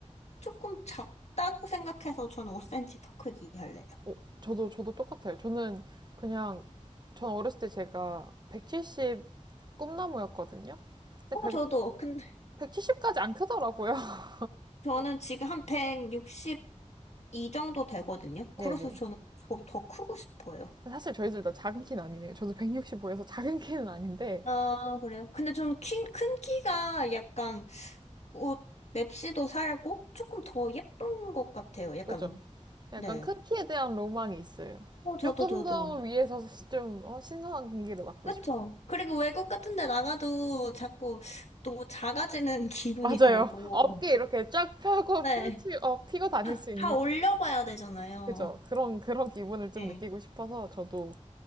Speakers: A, on the left (about 60°); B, on the right (about 35°).
A: 조금 작다고 생각해서 저는 5cm 더 크기 할래요.
B: 어, 저도 저도 똑같아요. 저는 그냥 전 어렸을 때 제가 170 꿈나무였거든요. 근데
A: 어, 저도. 근데
B: 1칠십7 0까지 안 크더라고요. <laughs>
A: 저는 지금 한 162 정도 되거든요. 그래서
B: 네네.
A: 저는 더, 더 크고 싶어요.
B: 사실 저희들 다 작은 키는 아니네요. 저도 165여서 작은 키는 아닌데
A: 아, 그래요? 근데 저는 키, 큰 키가 약간 옷 맵시도 살고 조금 더 예쁜 것 같아요. 약간
B: 그죠? 약간
A: 네.
B: 큰 키에 대한 로망이 있어요.
A: 어 저도
B: 조금
A: 저도
B: 더 위에서 좀 어, 신선한 공기를 맡고
A: 그쵸.
B: 싶은.
A: 그리고 외국 같은 데 나가도 자꾸 너무 작아지는 <laughs> 기분이
B: 맞아요.
A: 들고
B: 어깨 이렇게 쫙 펴고
A: 네.
B: 펼치, 어, 피고 다닐
A: 다,
B: 수 있는
A: 다 올려봐야 되잖아요.
B: 그죠? 그런 그런 기분을 좀
A: 네.
B: 느끼고 싶어서 저도